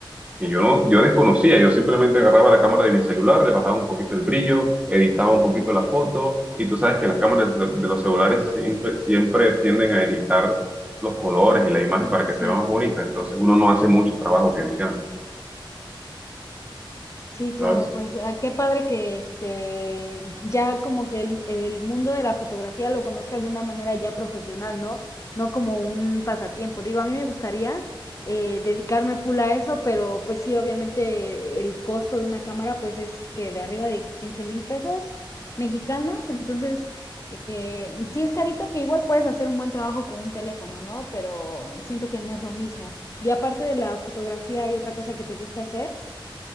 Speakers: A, on the right; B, on the left.
A: que yo no, yo desconocía. Yo simplemente agarraba la cámara de mi celular, le bajaba un poquito el brillo, editaba un poquito la foto, y tú sabes que las cámaras de los celulares siempre, siempre tienden a editar los colores y la imagen para
B: Sí.
A: que se vea más bonita. Entonces uno no hace mucho trabajo que digamos,
B: Sí, claro,
A: ¿sabes?
B: pues ah, qué padre que este ya como que el, el mundo de la fotografía lo conozcas de una manera ya profesional, ¿no? No como un pasatiempo. Digo, a mí me gustaría eh, dedicarme full a eso, pero pues sí, obviamente el costo de una cámara pues es que de arriba de 15 mil pesos mexicanos, entonces eh, sí es carito que igual puedes hacer un buen trabajo con un teléfono, ¿no? Pero siento que no es lo mismo. Y aparte de la fotografía, ¿hay otra cosa que te gusta hacer?